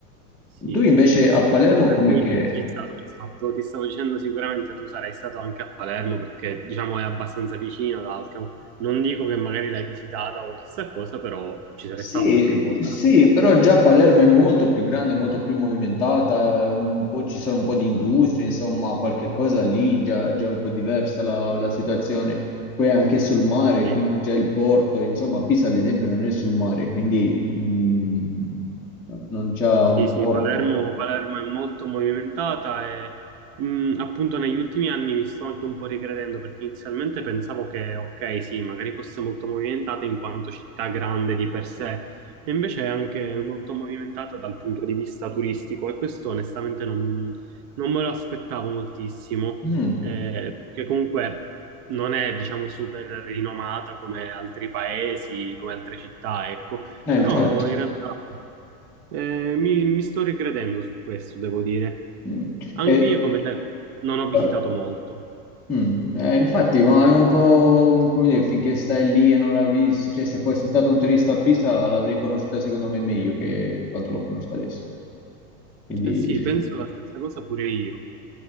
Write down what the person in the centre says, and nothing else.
Tu invece
a
Palermo
come
che...
Sì,
sì, però già Palermo è molto più grande, molto più movimentata, eh, un po' ci sono un po' di industrie, insomma, qualche cosa lì già, già è un po' diversa la, la situazione. Poi anche sul mare,
quindi già il porto, insomma, Pisa ad esempio non è sul mare, quindi mh, non c'ha
un
porto.
Mm,
eh,
infatti.
Mm.
E-
eh,
Mm, eh, infatti, ma è un po' un- come dire, finché stai lì e non la vedi, cioè se fossi stato un turista a Pisa l'avrei conosciuta secondo me meglio che quanto lo conosco adesso. Quindi,
<laughs>